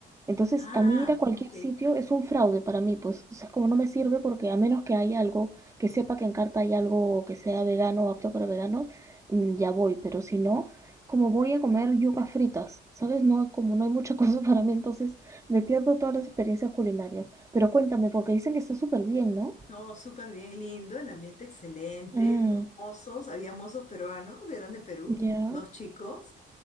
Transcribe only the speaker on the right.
Entonces,
a mí ir a cualquier
sitio es un fraude para mí, pues, o sea, como no me sirve porque a menos que haya algo, que sepa que en carta hay algo que sea vegano o apto para veganos, mm, ya voy, pero si no, como voy a comer yucas fritas, ¿sabes? No, como no hay mucha cosa <laughs> para mí, entonces me pierdo todas las experiencias culinarias. Pero cuéntame, porque dicen que está súper bien, ¿no?
Mm,
ya,